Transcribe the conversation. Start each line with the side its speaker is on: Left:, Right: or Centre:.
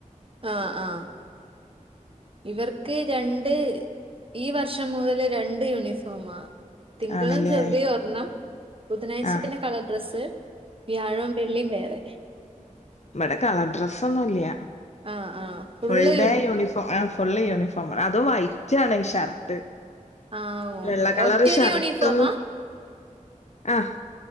Right: ആഹ് ആഹ് ഇവർക്ക് രണ്ട് ഈ വർഷം മുതല് രണ്ട് യൂണിഫോമാ തിങ്കളും
Left: ആണല്ലേ
Right: ചൊവ്വേ ഒരെണ്ണം ബുധനാഴ്ച
Left: ആഹ്
Right: പിന്നെ കളർ ഡ്രസ്സ് വ്യാഴോം വെള്ളിം വേറെ
Left: ഇവടെ കളർ ഡ്രസ്സൊന്നും ഇല്ല
Right: ആഹ് ആഹ് full
Left: full day uniform half full യൂണിഫോമാണ് അതും വൈറ്റ് ആണ് ഈ ഷർട്ട്
Right: ആഹ് ഓ
Left: വെള്ള കളറ്
Right: ഒറ്റൊരു
Left: ഷർട്ടും
Right: യൂണിഫോമാ
Left: ആഹ്